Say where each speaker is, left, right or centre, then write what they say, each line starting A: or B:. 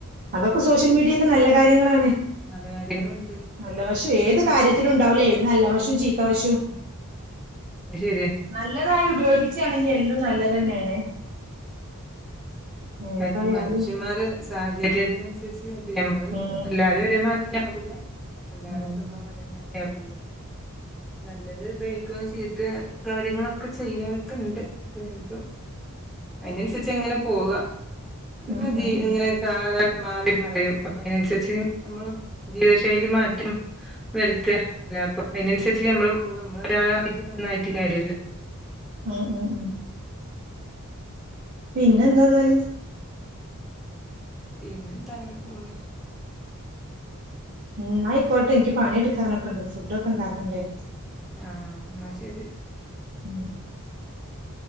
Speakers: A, on the right; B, in the centre.
A: അതൊക്കെ സോഷ്യൽ മീഡിയെല് നല്ല കാര്യങ്ങളാണ്.
B: നല്ല കാര്യങ്ങള്ണ്ട്.
A: നല്ല വശം ഏത് കാര്യത്തിനുണ്ടാവൂലേ ഒര് നല്ല വശം ചീത്തവശം.
B: അത് ശര്യാ
A: നല്ലതായി ഉപയോഗിച്ചാണെങ്കി എല്ലും നല്ലതെന്നെയാണ്. ഏതായാലും
B: എൻ മനുഷ്യമ്മാര് സാഹചര്യത്തിനനുസരിച്ച് ഞമ്മള്
A: ഉം
B: എല്ലാരും ഒരേമാതിരി ആവൂല എല്ലാരും
A: ഉം
B: സ്വഭാവം അതേമാതിരിയാവല്ലോ നല്ലത് ഉപയോഗിക്കുന്നതും ചീത്ത കാര്യങ്ങളൊക്കെ ചെയ്യണോരൊക്കെണ്ട് അപ്പൊ അയ്നനുസരിച്ചങ്ങനെ പോവാ അത്
A: ഉം
B: മതി
A: ഉം ഉം
B: ഇങ്ങനെ കാലം മാറി മാറിയും അപ്പൊ അതിനനുസരിച്ച് മ്മള് ജീവിത ശൈലി മാറ്റം വരുത്ത് അല്ലാപ്പൊ അയ്നനുസരിച്ച് മ്മള് പോക ഒരാളായിട്ട് നന്നായിട്ട് കാര്യല്ല
A: ആഹ് ഉം ഉം പിന്നന്താന്നാല്
B: പിന്നെന്താ അങ്ങനെപോണ്.
A: ഉം എന്നയിക്കോട്ടെ ഇനിക്ക് പണിയെടുക്കാനൊക്കെണ്ട് ഫുഡ്ക്കെ ഉണ്ടാക്കണ്ടേ
B: ആഹ് എന്നാ ശരി.
A: ഉം